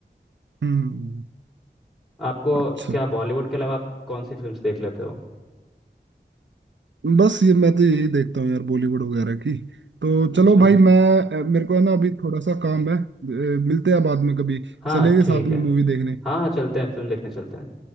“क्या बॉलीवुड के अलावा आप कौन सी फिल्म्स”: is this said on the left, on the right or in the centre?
Centre